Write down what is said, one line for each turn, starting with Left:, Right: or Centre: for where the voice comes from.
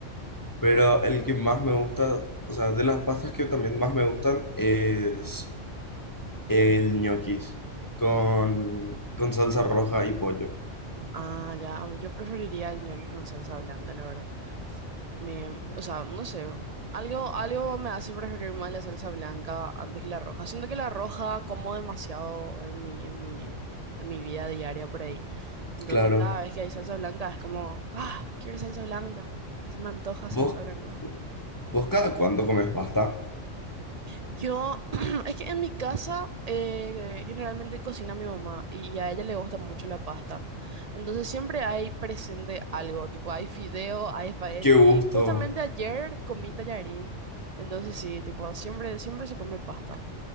Left: pero el que más me gusta, o sea, de las pastas que también más me gustan es... El ñoquis con, con salsa roja y pollo.
Right: Ah, ya, ah, yo preferiría el ñoqui con salsa blanca, la verdad. Me, o sea, no sé, algo, algo me hace preferir más la salsa blanca antes que la roja. Siento que la roja como demasiado en mi, en mi, en mi vida diaria por ahí. Entonces
Left: Claro.
Right: cada vez que hay salsa blanca es como, ah, quiero salsa blanca, se me antoja salsa
Left: ¿Vos,
Right: blanca.
Left: vos cada cuánto comes pasta?
Right: Yo, <clears throat> es que en mi casa eh, generalmente cocina mi mamá y a ella le gusta mucho la pasta. Entonces siempre hay presente algo, tipo hay fideo, hay espagueti.
Left: Qué gusto.
Right: Justamente ayer comí tallarín, entonces sí, tipo siempre, siempre se come pasta.